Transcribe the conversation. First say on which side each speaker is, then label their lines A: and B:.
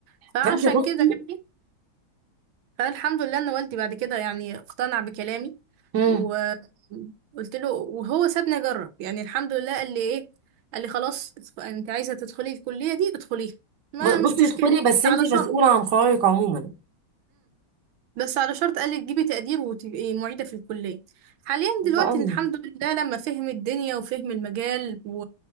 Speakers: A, on the right; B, on the right.
A: فعشان
B: فانت بصي
A: كده يعني فالحمد لله ان والدي بعد كده يعني اقتنع بكلامي
B: مم.
A: وقلت له وهو سابني اجرب يعني الحمد لله قال لي ايه قال لي خلاص ادخ- انت عايزه تدخلي الكليه دي ادخليها ما
B: ب-
A: مش
B: بصي
A: مشكله
B: ادخلي بس انت
A: على شرط
B: مسؤولة عن قرارك عموما
A: بس على شرط قال لي تجيبي تقدير وتبقي معيدة في الكلية حاليا
B: حلو
A: دلوقتي
B: قوي
A: الحمد لله لما فهم الدنيا وفهم المجال و...